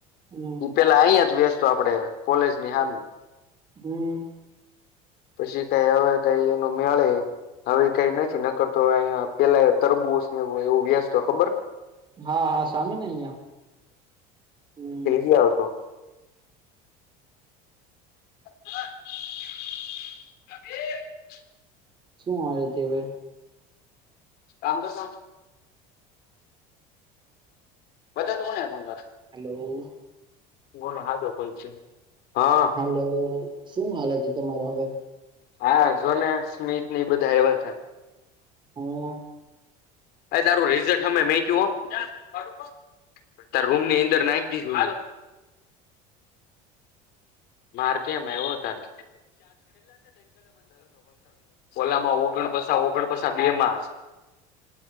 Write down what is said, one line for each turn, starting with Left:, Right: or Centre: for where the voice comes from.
Right: હમ
Left: તું પેલા અહીયા જ બેસતો આપડે કોલેજ ની હામું.
Right: હમ્મ.
Left: પછી કઈ હવે કઈ એનું મેળે હવે કઈ નથી નકરતો અયા પેલા તરબુજ ને એવું વ્યસ્તતો ખબર?
Right: હા હા સામે ને અહીંયા, હમ્મ.
Left: જે આવતો. <inaudible> હ એ
Right: શું મળે છે હવે.
Left: તામ તો સ બધા તો કોણે ભંગાર.
Right: હલો.
Left: ગુણ હાદો હોય છે. હા.
Right: હલો શું હાલ હતી તમારો હવે?
Left: હા, જોને સ્મિત ની બધા આએવા તા.
Right: હા.
Left: એ તારું રિઝલ્ટ અમે મેકીયું હો તાર રૂમની અંદર નાખ દીશું. મારતી એમાં એવું તારે. ઓલામાં ઓગણ પછા ઓગણ પછા બે માં.